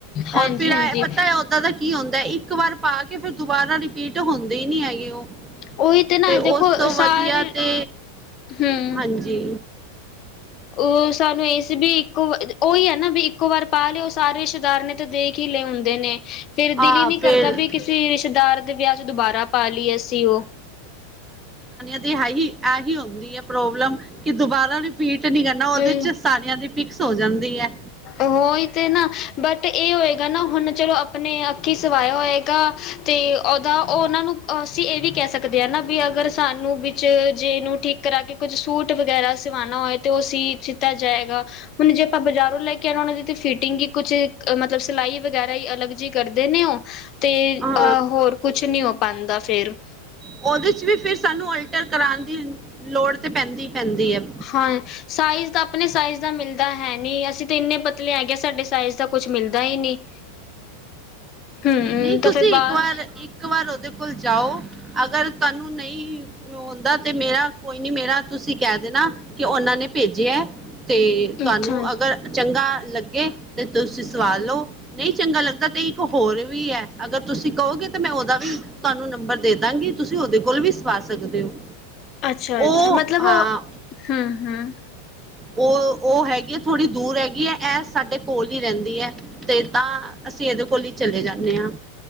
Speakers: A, on the left (about 35°); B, on the right (about 15°).
A: ਹਾਂਜੀ
B: ਔਰ ਫਿ ਹੈ
A: ਹਾਂਜੀ
B: ਪਤਾ ਹੈ ਉਹਦਾਂ ਦਾ ਕੀ ਹੁੰਦਾ ਏ। ਇੱਕ ਵਾਰ ਪਾ ਕੇ ਫਿਰ ਦੁਬਾਰਾ ਰਿਪੀਟ ਹੁੰਦੇ ਨੀ ਹੈਗੇ ਉਹ।
A: ਉਹੀ ਨਾ
B: ਤੇ
A: ਦੇਖੋ
B: ਉਸ ਤੇ
A: ਸਾਰੇ
B: ਵਧੀਆ ਤੇ,
A: ਹੂੰ
B: ਹਾਂਜੀ
A: ਉਹ ਸਾਨੂੰ ਇਹ ਸੀ ਵੀ ਇੱਕੋ ਉਹੀ ਹੈ ਨਾ ਵੀ ਇੱਕੋ ਵਾਰ ਪਾ ਲਏ ਉਹ ਸਾਰੇ ਰਿਸ਼ਤੇਦਾਰ ਨੇ ਤੇ ਦੇਖ ਹੀਲੇ ਹੁੰਦੇ ਨੇ। ਫਿਰ
B: ਹਾਂ
A: ਦਿਲ ਹੀ ਨਹੀਂ ਕਰਦਾ
B: ਫਿਰ
A: ਵੀ ਕਿਸੇ ਰਿਸ਼ਤੇਦਾਰ ਦੇ ਵਿਆਹ ਚ ਦੁਬਾਰਾ ਪਾ ਲਈਏ ਅਸੀਂ ਉਹ।
B: ਹੈ ਹੀ ਇਹੀ ਹੁੰਦੀ ਹੈ ਪ੍ਰੋਬਲਮ ਕਿ ਦੁਬਾਰਾ ਰਿਪੀਟ ਨਹੀਂ ਕਰਨਾ ਉਹਦੇ
A: ਹਾਏ
B: ਚ ਸਾਰਿਆਂ ਦੀ ਫਿਕਸ ਹੋ ਜਾਂਦੀ ਹੈ
A: ਉਹੀ ਤੇ ਨਾ ਬਟ ਇਹ ਹੋਏ? ਹਨਾ ਹੁਣ ਚਲੋ ਆਪਣੇ ਅੱਖੀਂ ਸਵਾਇਆ ਹੋਏਗਾ ਤੇ ਉਹਦਾ ਉਹ ਉਹਨਾਂ ਨੂੰ ਅਸੀਂ ਇਹ ਵੀ ਕਹਿ ਸਕਦੇ ਹਾਂ ਨਾ ਵੀ ਅਗਰ ਸਾਨੂੰ ਵਿੱਚ ਜੇ ਨੂੰ ਠੀਕ ਕਰਾ ਕੇ ਕੁੱਝ ਸੂਟ ਵਗੈਰਾ ਸਵਾਉਣਾ ਹੋਏ ਤੇ ਉਹ। ਤੇ ਜਿਦਾ ਜਾਏਗਾ ਹੁਣ ਜੇ ਆਪਾਂ ਬਾਜ਼ਾਰੋਂ ਲੈ ਕੇ ਆਉਣਾ ਉਹਨਾਂ ਦੀ ਤੇ ਫਿਟਿੰਗ ਹੀ ਕੁਛ ਮਤਲਬ ਸਿਲਾਈ ਵਗੈਰਾ ਹੀ ਅਲੱਗ ਜਿਹੀ ਕਰਦੇ ਨੇ ਉਹ? ਤੇ
B: ਹਾਂ
A: ਅ ਹੋਰ ਕੁਛ ਨੀ। ਬਣਦਾ ਫੇਰ।
B: ਉਹਦੇ ਚ ਵੀ ਫਿਰ ਸਾਨੂੰ ਅਲਟਰ ਕਰਾਉਣ ਦੀ ਲੋੜ ਤੇ ਪੈਂਦੀ? ਪੈਂਦੀ ਹੈ
A: ਹਾਂ ਏ ਸਾਈਜ਼ ਦਾ। ਆਪਣੇ ਸਾਈਜ਼ ਦਾ ਮਿਲਦਾ ਹੈ ਨਹੀ ਅਸੀਂ ਤਾਂ ਇੰਨੇ ਪਤਲੇ ਆ ਕਿ ਸਾਡੇ ਸਾਈਜ਼ ਦਾ ਕੁਛ ਮਿਲਦਾ ਹੀ ਨਹੀਂ? ਹਮ
B: ਨਹੀਂ
A: ਤਾਂ
B: ਤੁਸੀਂ
A: ਫਿਰ ਬਾਹਰ
B: ਇੱਕ ਵਾਰ ਇੱਕ ਵਾਰ ਉਹਦੇ ਕੋਲ ਜਾਓ? ਅਗਰ ਤੁਹਾਨੂੰ ਨਹੀਂ ਆਉਂਦਾ ਤੇ ਮੇਰਾ ਕੋਈ ਨੀ ਮੇਰਾ ਤੁਸੀਂ ਕਹਿ ਦੇਣਾ ਕਿ ਉਹਨਾਂ ਨੇ ਭੇਜਿਆ ਹੈ? ਤੇ
A: ਅੱਛਾ-ਅੱਛਾ,
B: ਤੁਹਾਨੂੰ ਅਗਰ ਚੰਗਾ ਲੱਗੇ? ਲੱਗੇ ਤੇ ਤੁਸੀਂ ਸਵਾਲ ਲਓ? ਨਹੀਂ ਚੰਗਾ ਲੱਗਦਾ ਤੇ ਇੱਕ ਹੋਰ ਵੀ ਹੈ ਅਗਰ ਤੁਸੀਂ ਕਹੋਗੇ ਤਾਂ ਮੈਂ ਉਹਦਾ ਵੀ ਤੁਹਾਨੂੰ ਨੰਬਰ ਦੇ ਦਾਂਗੀ ਤੁਸੀਂ ਉਹਦੇ ਕੋਲ ਵੀ ਸਵਾ ਸਕਦੇ ਹੋ?
A: ਅੱਛਾ ਅੱਛਾ
B: ਉਹ
A: ਮਤਲਬ
B: ਹਾਂ
A: ਹੂੰ ਹੂੰ।
B: ਉਹ ਉਹ ਹੈਗੀ ਹੈ ਥੋੜ੍ਹੀ ਦੂਰ ਹੈਗੀ ਹੈ ਇਹ ਸਾਡੇ ਕੋਲ ਹੀ ਰਹਿੰਦੀ ਹੈ ਤੇ ਤਾਂ ਅਸੀਂ ਇਹਦੇ ਕੋਲ ਹੀ ਚਲੇ ਜਾਣੇ ਹਾਂ।